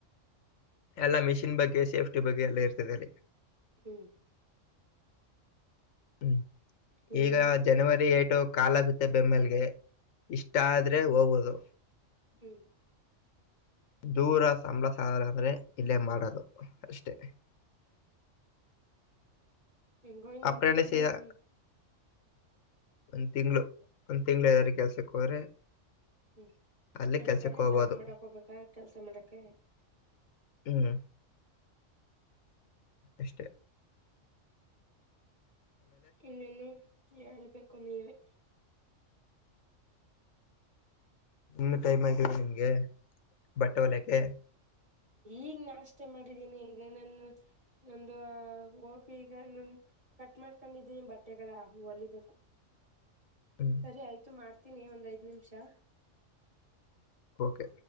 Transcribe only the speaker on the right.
ಹ್ಮ್
ಇನ್ನೇನು
ಹ್ಮ್
ಹೆಂಗೋ ಇನ್ನೊಂದ್
ತಿಂಗ್ಳು
ಹ್ಮ್
ಹ್ಮ್
ಬೇರೆ
ಕಡೆ
ಜಾಬ್ ಮಾಡಕ್ ಹೋಗ್ಬೇಕಾ ಕೆಲ್ಸ ಮಾಡಕೆ
ಇನ್ನೇನ್ನು ಹೇಳ್ಬೇಕು ನೀವೆ
ಈಗ್ ನಾಷ್ಟಾ ಮಾಡಿದ್ದೀನಿ ಈಗ ನಾನು ಒಂದು ಹೋಗಿ ಈಗ ಕಟ್ ಮಾಡ್ಕೊಂಡಿದ್ದೀನಿ ಬಟ್ಟೆಗಳ ಹೋಲಿಬೇಕು.
ಸರಿ ಆಯ್ತು ಮಾಡ್ತೀನಿ ಒಂದ್ ಐದ್ ನಿಮಿಷ